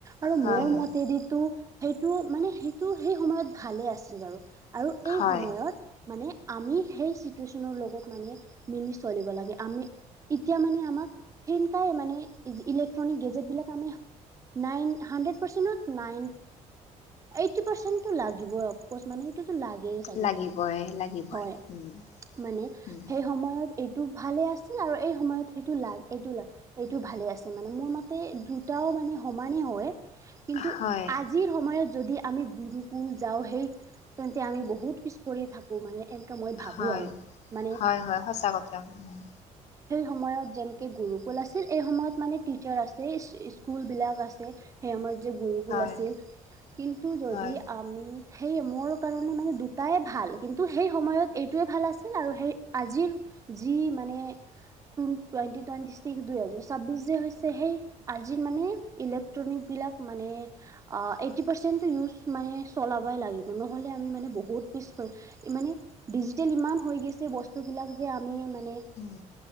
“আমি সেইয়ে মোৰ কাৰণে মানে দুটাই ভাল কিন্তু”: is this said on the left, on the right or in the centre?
Right